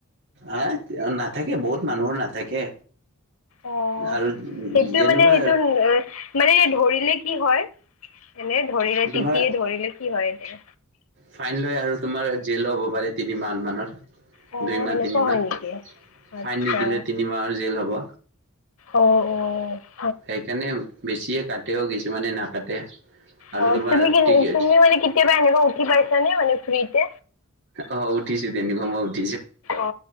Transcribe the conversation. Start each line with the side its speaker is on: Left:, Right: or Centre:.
Right: ইয়াত নাথাকে, বহুত মানুহ নাথাকে।
Left: অ',
Right: আৰু
Left: সেইটো
Right: যেনিবা
Left: মানে সেইটো, এ মানে এই ধৰিলে কি হয় এনে ধৰিলে
Right: তোমাৰ
Left: তিতিয়ে ধৰিলে কি হয় এনে
Right: ফাইন লয় আৰু তোমাৰ জেলো হ'ব পাৰে তিনি মাহ মানৰ
Left: অ
Right: দুই মাহ,
Left: সেনেকুৱা
Right: তিনি
Left: হয়
Right: মাহ
Left: নেকি
Right: ফাইন
Left: আচ্ছা
Right: নিদিলে তিনিমাহৰ জেইল হ'ব।
Left: অ অঔ
Right: সেই কাৰণে বেছিয়ে কাটেও, কিছুমানে নাকাটে। আৰু
Left: অ
Right: তোমাৰ
Left: তুমি,
Right: টিকেট
Left: তুমি মানে কেতিয়াবা এনেকুৱা উঠি পাইছা নে মানে ফ্ৰীতে
Right: অ' উঠিছো তেনি ঘম উঠ
Left: অ